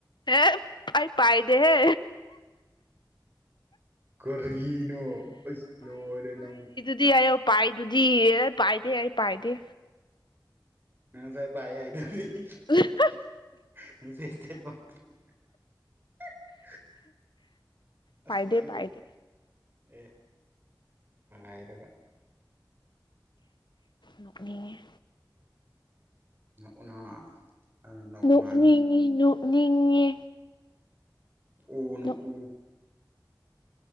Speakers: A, on the left; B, on the right.
A: ꯍꯦ ꯑꯩꯥ ꯄꯥꯏꯗꯦꯍꯦ
B: ꯀꯔꯤꯅꯣ ꯑꯩꯁ ꯂꯣꯏꯔꯦ ꯅꯪꯁꯦ
A: ꯗꯤ ꯑꯩꯌꯣ ꯄꯥꯏꯗꯨꯗꯤ ꯑꯦ ꯄꯥꯏꯗꯦ ꯑꯩ ꯄꯥꯏꯗꯦ
B: ꯅꯪ ꯉꯁꯥꯏ ꯄꯥꯏ ꯍꯥꯏꯗꯨꯗꯤ
A: <unintelligible>
B: <inaudible> ꯑꯁ
A: ꯄꯥꯏꯗꯦ
B: ꯅꯪꯁꯦ
A: ꯄꯥꯏꯗꯦ
B: ꯑꯦ ꯍꯥꯏꯔꯒ
A: ꯅꯣꯛꯅꯤꯡꯉꯦ
B: ꯅꯣꯛꯎꯅ ꯅꯣꯛꯀꯅꯨ
A: ꯅꯣꯛꯅꯤꯡꯉꯤ
B: ꯍꯥꯏꯕ꯭ꯔꯥ
A: ꯅꯣꯛꯅꯤꯡꯉꯦ
B: ꯎꯅ
A: ꯅꯣꯛ
B: ꯎ